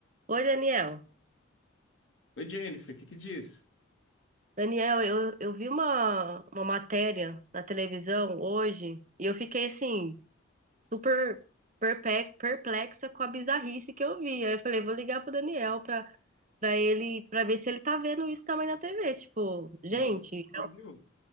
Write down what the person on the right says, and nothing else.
Oi, Daniel.
Daniel, eu, eu vi uma, uma matéria na televisão hoje e eu fiquei assim, super perpe- perplexa com a bizarrice que eu vi. Aí eu falei, vou ligar pro Daniel pra, pra ele, pra ver se ele tá vendo isso também na TV. Tipo, gente,